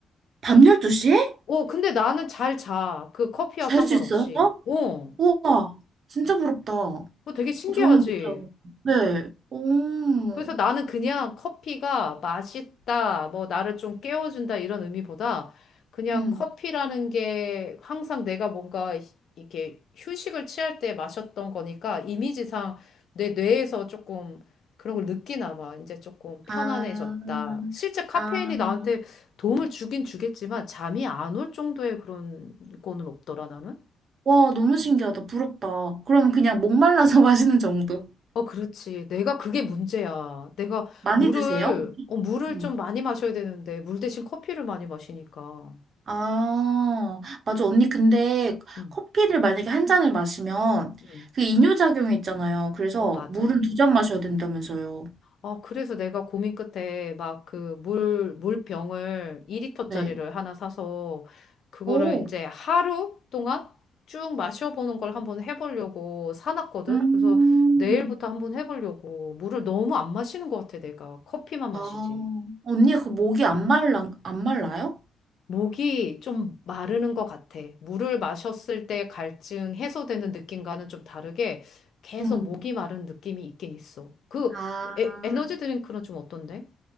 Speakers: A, on the right; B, on the left.
A: 밤 12시에?
B: 어, 근데 나는 잘 자. 그 커피와
A: 잘
B: 상관없이.
A: 수 있어요?
B: 어,
A: 우와, 진짜 부럽다. 어,
B: 그거 되게 신기하지?
A: 저는 못해요. 네. 오.
B: 그래서 나는 그냥 커피가 맛있다, 뭐 나를 좀 깨워준다 이런 의미보다 그냥
A: 음.
B: 커피라는 게 항상 내가 뭔가 이게 휴식을 취할 때 마셨던 거니까 이미지상 내 뇌에서 조금 그런 걸 느끼나 봐. 이제 조금 편안해졌다.
A: 아,
B: 실제 카페인이
A: 아.
B: 나한테 도움을 주긴 주겠지만 잠이 안 올 정도의 그런 거는 없더라, 나는.
A: 와, 너무 신기하다. 부럽다. 그럼 그냥 목말라서 <laughs> 마시는 정도.
B: 어, 그렇지. 내가 그게 문제야. 내가
A: 많이
B: 물을,
A: 드세요?
B: 어, 물을
A: 음.
B: 좀 많이 마셔야 되는데, 물 대신 커피를 많이 마시니까.
A: 아, 맞아. 언니, 근데
B: 응,
A: 커피를 만약에 한 잔을 마시면
B: 응.
A: 그 이뇨작용이 있잖아요. 그래서
B: 어, 맞아.
A: 물은 두 잔 마셔야 된다면서요.
B: 아, 그래서 내가 고민 끝에 막 그 물, 물병을 2리터짜리를
A: 네.
B: 하나 사서, 그거를
A: 오,
B: 이제 하루 동안 쭉 마셔보는 걸 한번 해보려고 사놨거든.
A: 음.
B: 그래서 내일부터 한번 해보려고. 물을 너무 안 마시는 것 같아, 내가. 커피만
A: 아,
B: 마시지.
A: 언니가 그 목이 안 말라, 안 말라요?
B: 목이 좀 마르는 것 같아. 물을 마셨을 때 갈증 해소되는 느낌과는 좀 다르게 계속
A: 음.
B: 목이 마른 느낌이 있긴 있어. 그
A: 아,
B: 에, 에너지 드링크는 좀 어떤데?